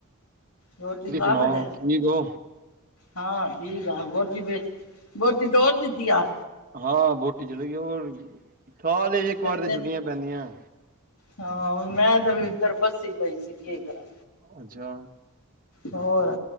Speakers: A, on the left; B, on the right.
A: ਰੋਟੀ
B: ਤੁਸੀ,
A: ਖਾ
B: ਸੁਣਾਓ
A: ਬੈਠਾ
B: ਠੀਕ ਹੋ।
A: ਹਾਂ, ਠੀਕ ਆ ਬੋਟੀ ਬੇ ਬੋਟੀ ਤੋਰ ਦਿੱਤੀ ਆ।
B: ਹਾਂ, ਵੋਟੀ ਚਲੀ ਗਈ ਹੋਰ, ਸਾਲ ਇੱਕ ਵਾਰ
A: ਅੱਛਾ
B: ਤੇ ਛੁੱਟੀਆਂ ਪੈਂਦੀਆਂ।
A: ਹਾਂ, ਮੈਂ ਤੇ ਇਧਰ ਉੱਧਰ ਫਸੀ ਪਈ ਸੀ ਕੀ ਕਰਾਂ,
B: ਅੱਛਾ,
A: ਹੋਰ,